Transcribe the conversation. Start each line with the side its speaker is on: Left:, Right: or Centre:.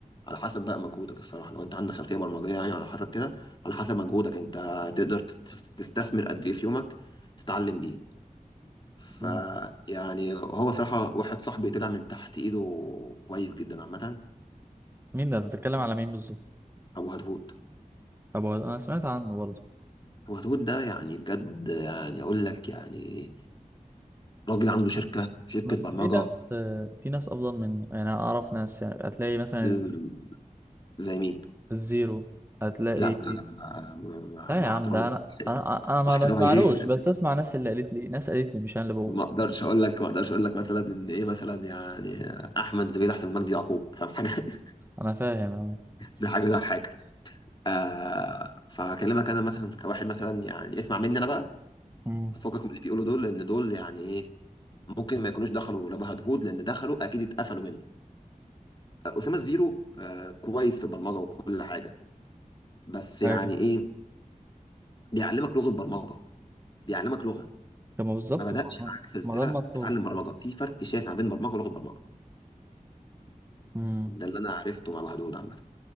Left: على حسب بقى مجهودك الصراحه لو انت عندك خلفيه برمجيه يعني على حسب كده على حسب مجهودك انت تقدر تست- تستثمر قد ايه في يومك تتعلم بيه ف
Right: مم.
Left: يعني هو صراحه واحد صاحبي طلع من تحت ايده كويس جدا عامه
Right: مين ده انت بتتكلم على مين بالظبط
Left: ابو هدهود
Right: طب هو- انا سمعت عنه برضه
Left: ابو هدهود ده يعني بجد يعني اقول لك يعني راجل عنده شركه شركه
Right: بس
Left: برمجه
Right: في ناس في ناس افضل منه يعني أنا اعرف ناس يعني هتلاقي مثلا
Left: ال-
Right: الز-
Left: زي مين
Right: الزيرو هتلاقي
Left: لا لا لا لا، مع مع-
Right: لا
Left: مع
Right: يا عم
Left: احترامي
Right: ده انا انا انا ما
Left: مع احترامي
Right: بسمعلوش
Left: ليك
Right: بس اسمع ناس اللي قالت لي ناس قالت لي مش انا اللي بقول
Left: ما اقدرش اقول لك ما اقدرش اقول لك مثلا ان ايه مثلا يعني احمد زويل احسن من مجدي يعقوب فاهم حاجه <laughs>
Right: انا فاهم انا
Left: ده حاجه ده حاجه آه فهكلمك انا مثلا كواحد مثلا يعني اسمع مني انا بقى
Right: امم
Left: فكك من اللي بيقولوا دول لان دول يعني ايه ممكن ما يكونوش دخلوا لا هدهود لان دخلوا اكيد اتقفلوا منه آه، اسامه زيرو آه كويس في البرمجه وكل حاجه بس يعني
Right: ايوه
Left: ايه بيعلمك لغه برمجه بيعلمك لغه
Right: طب ما بالظبط
Left: ما بدأش
Right: ما
Left: معاك سلسله
Right: ما ده المطلوب
Left: تتعلم برمجه في فرق شاسع بين برمجه ولغه برمجه
Right: امم
Left: ده اللي انا عرفته مع الوحدود عامه